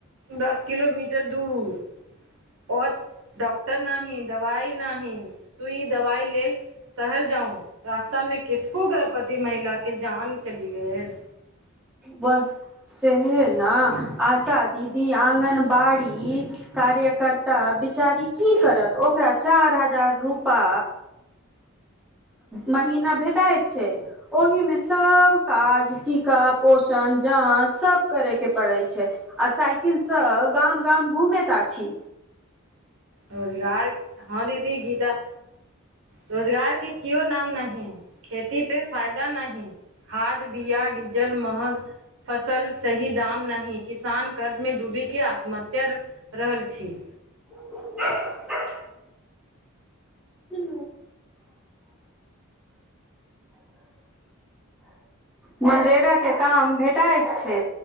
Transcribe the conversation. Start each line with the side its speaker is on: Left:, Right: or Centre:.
Right: दस किलोमीटर दूर ओ डॉक्टर नही, दवाई नही, सुई दवाई लेल शहर जाउ, रास्ता में कतेको गर्भवती महिला के जान चली गेल।
Centre: वह सहिये ना, आशा दीदी, आंगनबाड़ी कार्यकर्ता बिचारी की करत, ओकरा चार हजार रुपा महीना भेटय छै ओहि मे सब काज, टीका पोषण जाँच सब करे के पड़ै छै। आ साइकिलसं गाम गाम घूमेैत अछि।
Right: रोजगार, हँ दीदी गीता रोजगार के कियो नाम नहि खेती पे फायदा नहि। खाद बीआ डीजल महग फसल सही दाम नहि, किसान कर्ज मे डूबी के आत्महत्या रहल छी।
Centre: <unintelligible> हँ मनरेगा के काम भेटैत छै।